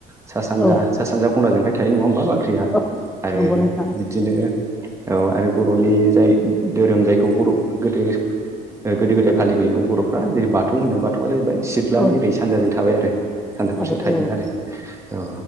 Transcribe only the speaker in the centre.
औ
औ
नंगौ नोंथां
औ
थाबाय
औ